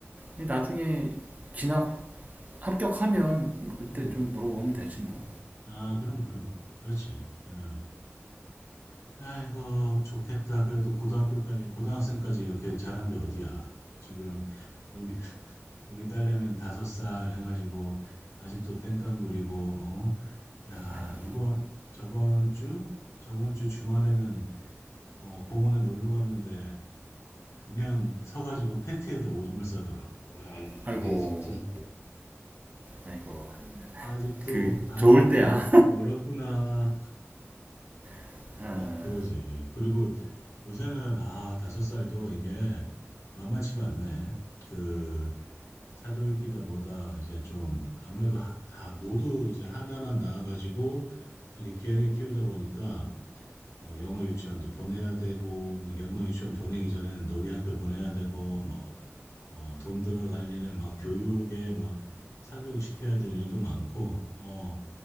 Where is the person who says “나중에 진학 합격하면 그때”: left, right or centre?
Right